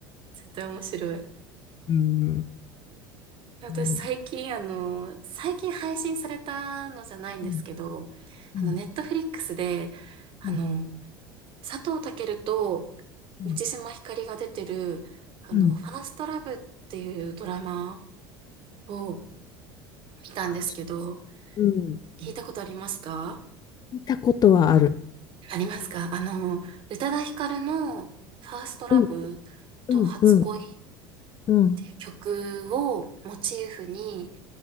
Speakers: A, on the right; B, on the left.
A: 絶対面白い。
B: うん、
A: 私最近、
B: うん、
A: あの、最近配信されたのじゃないんですけど、
B: うん、
A: あの、
B: うん、
A: ネットフリックスで、あの、
B: うん、う
A: 佐藤健と
B: ん。
A: 満島ひかりが出てる、あの、
B: うん
A: ファーストラブっていうドラマを見たんですけど、
B: あうん。
A: 聞いたことありますか
B: 見たことはある。
A: ありますかあの、宇多田ヒカルのファーストラブと初恋っ
B: うん、うん、うん、うん、
A: ていう曲をモチーフに、